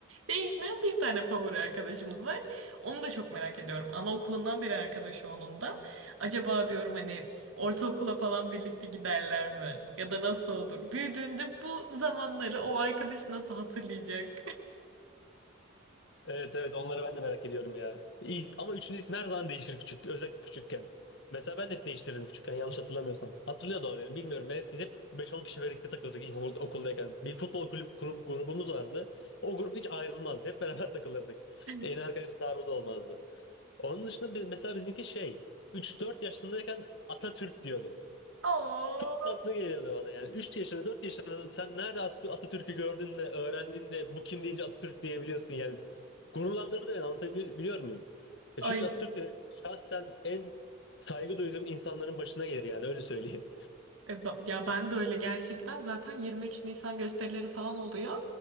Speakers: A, on the right; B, on the left.
A: değişmeyen bir tane favori arkadaşımız var. Onu da çok merak ediyorum. Anaokulundan beri arkadaşı onun da. Acaba diyorum hani Ortaokula falan birlikte giderler mi? Ya da nasıl olur? Büyüdüğünde bu zamanları o arkadaş nasıl hatırlayacak?
B: Evet evet onları ben de merak ediyorum ya. İlk, ama üçüncü isim her zaman değişir küçük özellikle küçükken. Mesela ben de hep değiştiririm küçükken yanlış hatırlamıyorsam. Hatırlıyor da olabilirim bilmiyorum. be biz hep 5-10 kişi birlikte takılırdık ilk okul- okuldayken. Bir futbol kulüp grup, grubumuz vardı. O grup hiç ayrılmazdı. Hep beraber <laughs> takılırdık.
A: <laughs>
B: En arkadaş taarruğu olmazdı. Onun dışında bi- mesela bizimki şey üç dört yaşındayken Atatürk diyordu.
A: Oo.
B: Çok tatlı geliyordu bana yani. üç yaşında 4 yaşında da sen nerede At- Atatürk'ü gördün de öğrendin de bu kim deyince Atatürk diyebiliyorsun yani. Gururlandırdı beni anlatabiliyor muyum? Ya
A: Ay
B: çünkü Atatürk de şahsen en saygı duyduğum insanların başına gelir yani öyle söyleyeyim.
A: E, ba- Ya ben de öyle gerçekten. Zaten 23 Nisan gösterileri falan oluyor.